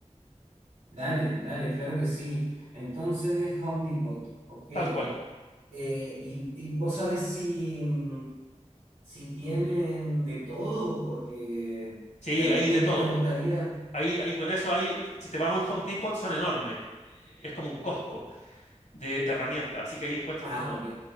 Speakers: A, on the right; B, on the left.
A: Dale, dale, claro que sí. Entonces, Home Depot, ok. Eh,
B: Tal cual.
A: y, y vos sabés si, mm, si tienen de todo, porque
B: Sí,
A: de repente
B: hay de todo.
A: me gustaría...
B: Ahí, ahí con eso, ahí, si te vas a un Home Depot, son enormes. Es como un Costco de, de herramientas, así que ahí encuentras
A: Ah,
B: de todo.
A: ok.